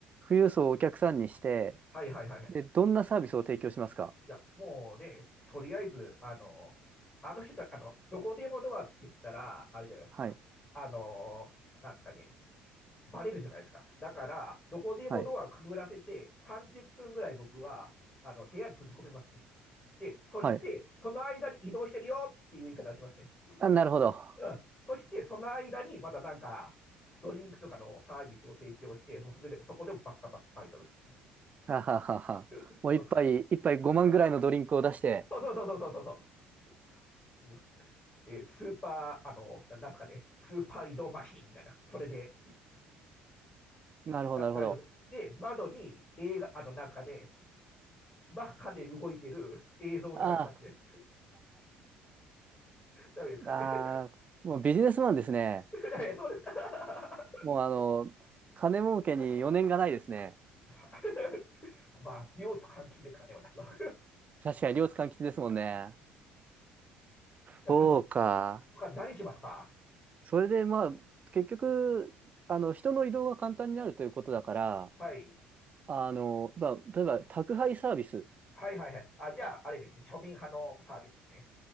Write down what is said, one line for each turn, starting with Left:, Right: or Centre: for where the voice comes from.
Right: 富裕層をお客さんにして、
Left: はいはいはいはい。
Right: で、どんなサービスを提供しますか
Left: いや、もうね、とりあえず、あの、あの人た、あの、どこでもドアって言ったら、あれじゃないですか。
Right: はい。
Left: あの、なんですかね。バレるじゃないですか。だから、どこでもドアくぐらせて、
Right: はい。
Left: 30分ぐらい僕は、あの、部屋に閉じ込めますね。で、そして、
Right: はい。
Left: その間に移動してるよっていう言い方をしますね。
Right: あ、なるほど。
Left: うん。そして、その間にまたなんか、ドリンクとかのサービスを提供して、もうそれで、そこでもばっかばっかりとるみたいな。
Right: はははは。
Left: どうですか
Right: もう一杯、一杯5万ぐらいのドリンクを出して。
Left: そうそうそうそうそうそう。うで、スーパー、あの、なんですかね、スーパー移動マシーンみたいな、それで、
Right: なるほど、
Left: だ大丈夫。
Right: なるほど。
Left: で、窓に映画、あの、なんですかね、真っ赤で動いてる映像を流しますね。
Right: あ
Left: 大丈夫ですかね。
Right: あ、ああ、もうビジネスマンですね。
Left: <laughs> えそうですか。
Right: もうあの、金儲けに余念がないですね。
Left: <laughs> まあ、両津換気ですかね、私は。
Right: 確かに両津勘吉ですもんね。
Left: <laughs> ハト
Right: そうか。
Left: 他何しますか
Right: それでまあ、結局、あの、人の移動が簡単になるということだから、
Left: はい。
Right: あの、まあ、例えば宅配サービス。
Left: はいはいはい。あ、じゃあ、あれですね。庶民派のサービスですね。